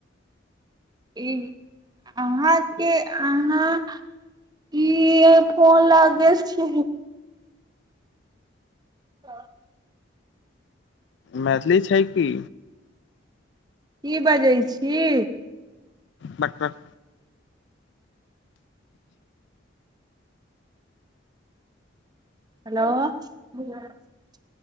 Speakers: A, on the right; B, on the left.
A: ई अहाँके अहाँ क फोन लग छी <inaudible>
B: मैथिली छै की
A: की बजै छी
B: डकटर
A: हेलो